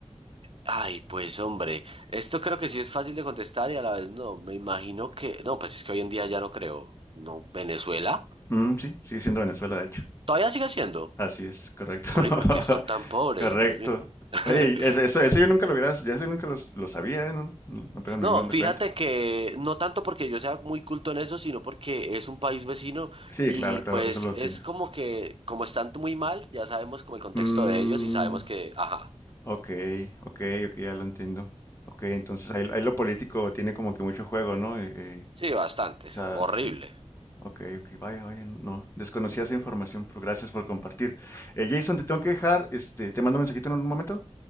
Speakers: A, on the right; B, on the left.
A: Ay, pues hombre, esto creo que sí es fácil de contestar y a la vez no. Me imagino que. No, pues es que hoy en día ya no creo. No, Venezuela.
B: Mm, sí, sigue siendo Venezuela, de hecho.
A: Todavía sigue siendo.
B: Así es, correcto.
A: Hombre,
B: <laughs>
A: ¿y por qué son tan pobres?
B: Correcto.
A: Dios mío. <laughs>
B: Oye, eso, eso, eso yo nunca lo hubiera, yo eso nunca lo, lo sabía, ¿eh? No, no, apenas me
A: No,
B: vengo dando
A: fíjate
B: cuenta.
A: que no tanto porque yo sea muy culto en eso, sino porque es un país vecino
B: Sí,
A: y
B: claro, claro,
A: pues
B: eso lo entiendo.
A: es como que, como están muy mal, ya sabemos como el contexto
B: Mm,
A: de ellos y sabemos que, ajá,
B: ok, ok, ok, ya lo entiendo. Ok, entonces ahí, ahí lo político tiene como que mucho juego, ¿no? Eh, eh,
A: sí, bastante,
B: o sea,
A: horrible.
B: sí. Ok, ok, vaya, vaya, no. Desconocía esa información, pero gracias por compartir. Eh, Jason, te tengo que dejar, este, te mando un mensajito en un momento.